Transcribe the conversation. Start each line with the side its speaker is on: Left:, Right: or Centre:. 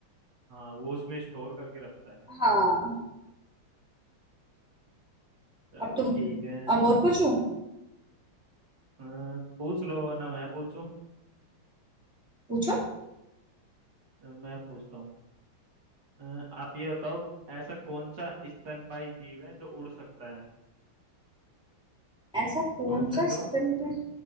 Right: हाँ वो उसमें स्टोर करके रखता है
Centre: हाँ
Right: चलो
Centre: अब तुम
Right: ठीक है
Centre: अब और पूछूं
Right: अ, पूछ लो वरना मैं पूछूं
Centre: पूछो
Right: अ, मैं पूछता हूँ अ, आप ये बताओ ऐसा कौन सा स्तनपाई जीव है जो उड़ सकता है
Centre: ऐसा कौन
Right: ऑप्शन
Centre: सा स्तनपायी